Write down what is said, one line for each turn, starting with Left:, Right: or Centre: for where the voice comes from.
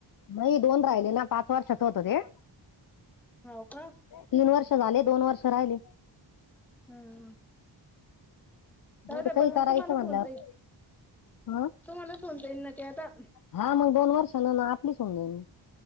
Left: नाही दोन राहिले ना पाच वर्षाचं होतं ते
Centre: हो का?
Left: तीन वर्ष झाले दोन वर्ष राहिले.
Centre: हं
Left: तर
Centre: द
Left: काही
Centre: पण मग
Left: करायचं
Centre: तुम्हाला
Left: म्हणल्यावर
Centre: फोन जाईल
Left: ह
Centre: तुम्हाला सोन जाईन ना ते आता
Left: हा मग दोन वर्ष न ना आपलीच होऊ जाईनं